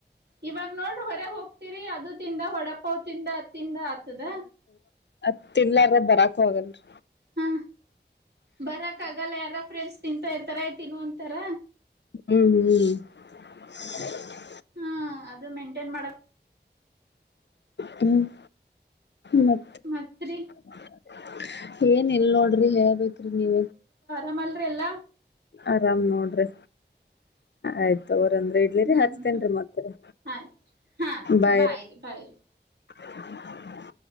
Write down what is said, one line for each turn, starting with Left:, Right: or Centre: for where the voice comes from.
Right: ಇವಾಗ ನೋಡ್ರಿ ಹೊರಗೆ ಹೋಗ್ತಿೀರಿ ಅದು ತಿಂದ ಹೊಡ ಹತಿಂದ ಹತ್ತಿಂದ ಆತದ
Left: ಅತ್ ತಿನ್ಲಾರ ಬರಾಕ ಹೋಗಲ್ರರಿ
Right: ಹಾ ಬರಕ್ಕ ಆಗಲ್ಲ ಯಾರ ಫ್ರೆಂಡ್ಸ್ ತಿಂತಾ ಇರ್ತಾರ ಯ್ತಿನ್ನು ಅಂತಾರ
Left: ಹ್ಮ್ ಹ್ಮ್
Right: ಹಾ ಅದು ಮೇಂಟೈನ್ ಮಾಡಕ್
Left: ಹ್ಮ ಮ
Right: ಮತ್ರಿ
Left: <inaudible> ಏನ್ ಎಲ್ಲೋಡು ಡಿ ಹೇಳ್ಬೇಕ್ರೀ ನೀವ
Right: ಾಮಲ್ರಿ ಎಲ್ಲ
Left: ಆರಾಮ್ ನೋಡ್ರಿ ಆಯ್ತ ಂದ ಇಡ್ಲಿರಿ
Right: ಹ್ಮ್
Left: ಹಚ್ತೇನ್ರಿ
Right: ಹ್ಮ್
Left: ಮತ್ತರಿ
Right: ಹ್ಮ್ ಆಯ್ತ್ ಹಾ
Left: ಬಾಯ
Right: ಬಾಯ್ರಿ ಬಾಯ್ರಿ
Left: <inaudible>